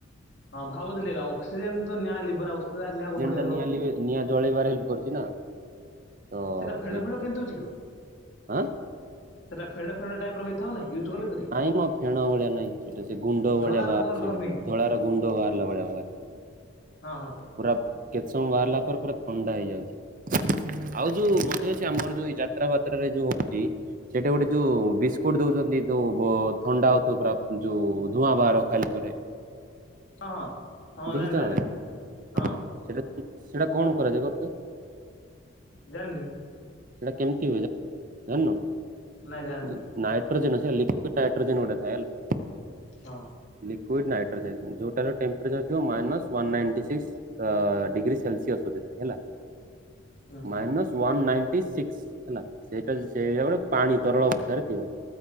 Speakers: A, on the left (about 60°); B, on the right (about 40°).
A: ହଁ ଖାଉଥିଲି ଆଉ ଅକ୍ସିଜେନ ତ ନିଆଁ ଲିବର ନା ଅକ୍ସିଜେନ ନିକୁ ଭଢେଇଦବ।
B: ଟା ନିଆଁ ନିଆଁ ଜଳେଇବାର ହେଲ୍ପ କରୁଛି ନା। ତ
A: ସେଇଟା ଫେଣ୍
B: ସେଇ
A: ଫେଣ୍ କେମତି ହଉଛି କ,
B: ଆଁ
A: ସେଇଟା ଫେଣ୍ ଫେଣ୍ ଟାଇପ ର ହେଇଥାଉ ନା ୟୁଜ୍ କଲେ କରି।
B: ନାଇ ମ ଫେଣ ଭଳିଆ ନାହିଁ ସେଟା ସେ ଗୁଣ୍ଡ
A: ଧଳାର
B: ଭଳିଆ ବାହାରୁଛି
A: କଣ ଗୋଟେ ବାହାରୁନି କି
B: ଧଳାର ଗୁଣ୍ଡ ବାହାରିଲା ଭଳିଆ ବାହାରୁଛି।
A: ହଁ ହଁ।
B: ପୁରା କେତେ ସମୟ ବାହାରିଲା ପରେ ପୁରା ଥଣ୍ଡା ହେଇଯାଉଛି। ଆଉ ଯୋଉ ମନେ ଅଛି ଆମର ଯୋଉ ଏଇ ଯାତ୍ରା ବାତ୍ରରେ ଯୋଉ ହଉଛି ସେଇଟା ଗୋଟେ ଯୋଉ ବିସ୍କୁଟ ଦଉଛନ୍ତି ଯୋଉ ବ ଥଣ୍ଡା ହଉଥିବ ପୁରା ଯୋଉ ଧୂଆଁ ବାହାର ଖାଇଲା ପରେ।
A: ହଁ ହଁ ହଁ
B: ଦେଖିଛ
A: ଜାଣିଛି
B: ନା
A: ଜାଣିଛି ଜାଣିଛି
B: ନାଇଁ
A: ହଁ
B: ସେଟା ସେଟା କଣ କରାଯାଏ କହତ।
A: ଜାଣନି।
B: ସେଟା କେମିତି ହୁଏ ଜାନ ଜଣିିନୁ
A: ନାଇଁ ଜାଣିନି
B: ନାଇଟ୍ରୋଜେନ ଲିକ୍ଵିଡ ହାଇଟ୍ରୋଜନ ଗୋଟେ ଥାଏ ହେଲା।
A: ହଁ।
B: ଲିକ୍ୱଇଡ୍ ନାଇଟ୍ରୋଜେନ ଯୋଉଟାର ଟେମ୍ପରେଚର ଥିବ minus one ninety six. Degree Celsius ବୋଧେ ହେଲା
A: ହୁଁ
B: ମାଇନସ୍ ୱାନ୍ ନାଇଟି ସିକ୍ସ ହେଲା ସେଇଟା ସେଟ ଗୋଟେ ପାଣି ତରଳ ଅବସ୍ଥାରେ ଥିବ।